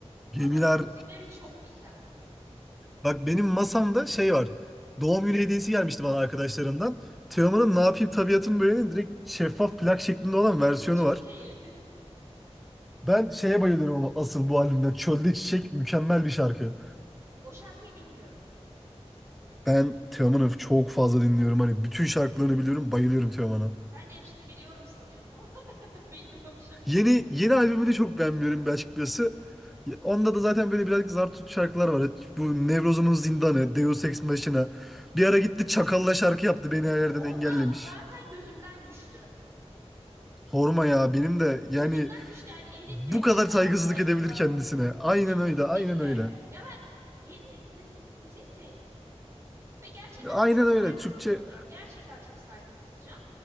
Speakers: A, in the centre; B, on the right.
A: gemiler
B: Adamın müzikleri çok güzel.
A: Bak benim masamda şey var. Doğum günü hediyesi gelmişti bana arkadaşlarımdan. Teoman'ın
B: Hı hı,
A: Ne Yapayım Tabiatım Böyle'nin direkt şeffaf plak şeklinde olan versiyonu
B: <laughs> Çok
A: var.
B: iyi.
A: Ben şeye bayılıyorum ama asıl bu albümden. Çölde Çiçek mükemmel bir şarkı.
B: O şarkıyı bilmiyorum.
A: Ben Teoman'ı çok fazla dinliyorum. Hani bütün şarkılarını biliyorum. Bayılıyorum Teoman'a.
B: Ben de hepsini biliyorum sanıyordum ama <laughs> bilmiyormuşum.
A: Yeni yeni albümünü çok beğenmiyorum bir açıkçası. Onda da zaten böyle birazcık zar tut şarkılar var. Bu Nevrozum'un Zindanı, Deus Ex Machina. Bir ara gitti Çakal'la şarkı yaptı. Beni her yerden
B: Onda
A: engellemiş.
B: zaten gözümden düştü.
A: Sorma ya benim de
B: Gözümden
A: yani
B: düştü yani elin
A: bu
B: rapçisi
A: kadar saygısızlık
B: anladın
A: edebilir
B: mı?
A: kendisine. Aynen
B: Kesinlikle.
A: öyle, aynen öyle.
B: Ya ben yeni nesil müziği sevmiyorum. Ve gerçekten
A: Aynen
B: hani çok saygısızca
A: öyle. Türkçe
B: buluyorum. Gerçekten çok saygısızca.